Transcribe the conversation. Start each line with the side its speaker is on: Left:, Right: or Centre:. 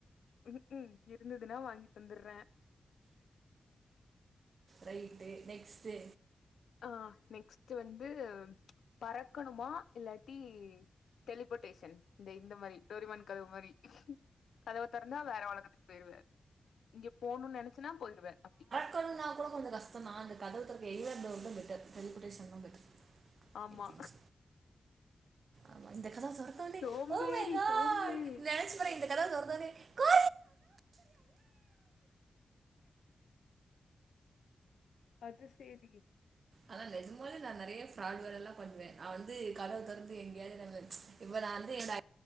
Left: ம்க்கும் இருந்துதுன்னா வாங்கி தந்துர்ற
Right: ரைட்டு நெக்ஸ்ட்டு
Left: ஆ நெக்ஸ்ட் வந்து பறக்கணுமா இல்லாட்டி டெலிபட்டேஷன் இந்த இந்த மாரி டோரிமான் கதவு மாரி கதவ தொறந்தா வேற உலகத்துக்கு போயிருவ இங்க போணுன் நெனைச்சன்னா போயிருவ அப்டி
Right: க்கன்னா கூட கொஞ்சோ கஷ்ட தா அந்த கதவ தொறக்க எலிவர் டோர்தா பெட்டர் டெலிப்பட்டேஷன் தா பெட்டர்
Left: ஆமா
Right: ஐ திங்க் ஆமா இந்த கதவ தொரத்தொன்னே
Left: சோம்பேறி
Right: ஓ மை காட்
Left: சோம்பேறி
Right: நனச்சு பாரே இந்த கதவ தொரந்தொன்னே கா
Left: அது சேரி
Right: ஆனா நெஜமாலே நா நறையா ஃப்ராட் வேல எல்லா பண்ணுவே ஆ வந்து கதவு தொற்ந்து எங்க்யாவ்து நா வந் இப்ப நா வந்து என்ட்